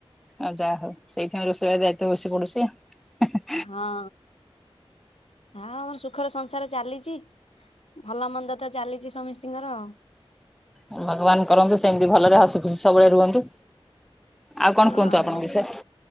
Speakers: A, in the centre; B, on the left.
A: ଆଉ ଯାହା ହଉ ସେଇଥିପାଇଁ ରୋଷେଇ ଘର ଦାୟିତ୍ୱ ବେସି ପଡୁଚି ଆଉ। ହେଁ ହେଁ।
B: ହଁଅଁ ଆ ଆମର ସୁଖର ସଂସାର ଚାଲିଚି। ଭଲ ମନ୍ଦ ତ ଚାଲିଚି ସମିସ୍ତିଙ୍କର ଆଉ।
A: ଭଗବାନ କରନ୍ତୁ ସେମିତି ଭଲରେ ହସି ଖୁସି ସବୁବେଳେ ରୁହନ୍ତୁ। ଆଉ କଣ
B: ହଁଅଁ
A: କୁହନ୍ତୁ ଆପଣଙ୍କ
B: ଭଲ।
A: ବିଷୟରେ